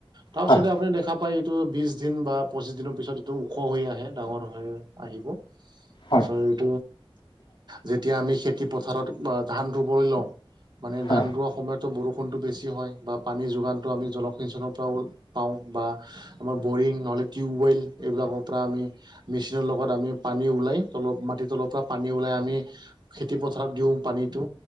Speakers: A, on the right; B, on the left.
A: তাৰপাছতে
B: হয়
A: আপুনি দেখা পায়, এইটো বিশ দিন বা পঁচিশ দিনৰ পিছত এইটো ওখ হৈ আহে, ডাঙৰ নহয় আহিব, <unintelligible>
B: হয়
A: যেতিয়া আমি খেতি পথাৰত, বা ধান ৰুবলৈ লওঁ মানে
B: হয়
A: ধান ৰোৱা সময়তটো বৰষ কোনটো বেছি হয়, বা পানী যোগানটো আমি জলসিঞ্চনৰ পৰা পাওঁ, বা আমাৰ বৰিং, নহ'লে টিউৱেল এইবিলাকৰ পৰা আমি মেচিনৰ লগত আমি পানী ওলাই, তলৰ মাটিত তলৰ পৰা পানী ওলাই, আমি খেতি পথাৰত দিওঁ পানীটো,